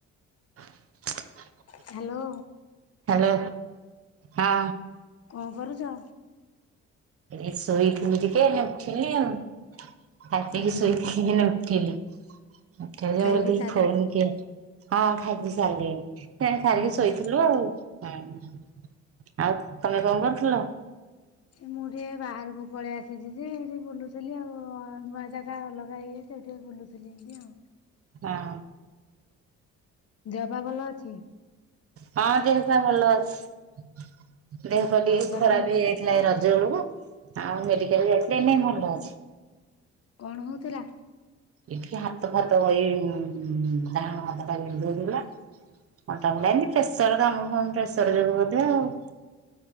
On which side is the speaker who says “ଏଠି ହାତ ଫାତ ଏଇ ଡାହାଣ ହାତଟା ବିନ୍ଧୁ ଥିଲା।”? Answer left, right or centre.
Right